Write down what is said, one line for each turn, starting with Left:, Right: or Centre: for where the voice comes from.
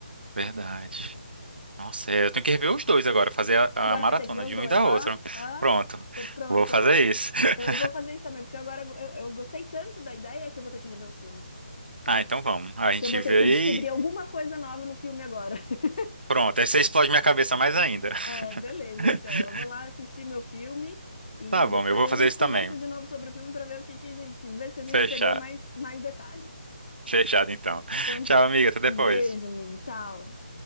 Right: verdade. Nossa, é, eu tenho que rever os dois agora, fazer a,
Left: Agora
Right: a maratona
Left: vai ter que ver os
Right: de
Left: dois,
Right: um e da
Left: hã?
Right: outra.
Left: Hã?
Right: Pronto,
Left: Tô pronto,
Right: vou fazer
Left: ó.
Right: isso. <laughs>
Left: Então eu vou fazer isso também, porque agora eu, eu gostei tanto da ideia que eu vou ter que rever os filmes. Pá.
Right: Ah, então vamos. A
Left: Porque
Right: gente
Left: eu vou
Right: vê
Left: ter que descobrir
Right: e.
Left: alguma coisa nova no filme agora. <laughs>
Right: Pronto, aí você explode minha cabeça mais ainda.
Left: É, beleza,
Right: <laughs>
Left: então. Eu vou lá assistir meu filme e
Right: Tá bom,
Left: depois
Right: eu vou
Left: a
Right: fazer
Left: gente
Right: isso
Left: conversa
Right: também.
Left: de novo sobre o filme para ver o que, que, a gente- que ver se a gente
Right: Fechado.
Left: pegou mais, mais detalhes.
Right: Fechado então.
Left: Então
Right: Tchau,
Left: tá.
Right: amiga, até depois.
Left: Um Beijo, amigo. Tchau.